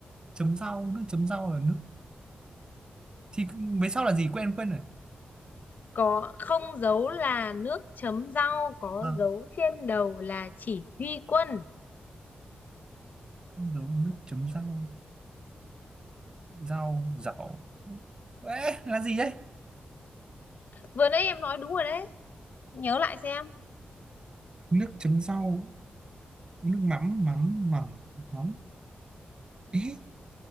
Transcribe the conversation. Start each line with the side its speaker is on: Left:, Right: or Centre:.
Right: chấm rau nước chấm rau là nước thì về sau là gì quên quên rồi
Left: Có không dấu là nước chấm rau, có
Right: à,
Left: dấu trên đầu là chỉ huy quân.
Right: không giấu là nước chấm rau rau rau Ê, là gì đấy
Left: Vừa nãy em nói đúng rồi đấy. Nhớ lại xem.
Right: nước chấm rau nước mắm mắm mắm mắm ế